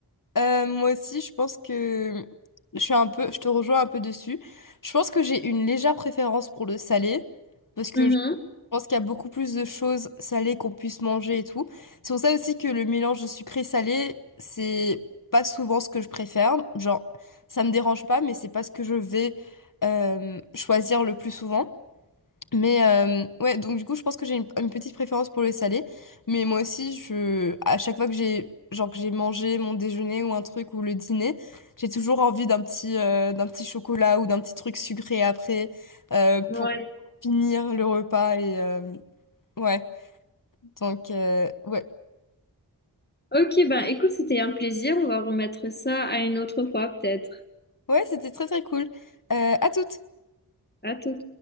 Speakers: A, on the left; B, on the left.
A: Euh, moi aussi, je pense que je suis un peu, je te rejoins un peu dessus. Je pense que j'ai une légère préférence pour le salé parce que
B: Mhm.
A: je pense qu'il y a beaucoup plus de choses salées qu'on puisse manger et tout. C'est pour ça aussi que le mélange de sucré-salé, c'est pas souvent ce que je préfère. Genre, ça me dérange pas, mais c'est pas ce que je vais euh, choisir le plus souvent. Mais euh, ouais, donc du coup, je pense que j'ai une, une petite préférence pour les salés. Mais moi aussi, je, à chaque fois que j'ai genre que j'ai mangé mon déjeuner ou un truc ou le dîner, j'ai toujours envie d'un petit, euh, d'un petit chocolat ou d'un petit truc sucré après euh, pour
B: Ouais.
A: finir le repas. Et euh, ouais, donc euh, ouais,
B: Ok, ben écoute, c'était un plaisir. On va remettre ça à une autre fois peut-être.
A: ouais, c'était très très cool. Euh, à toutes!
B: À tout.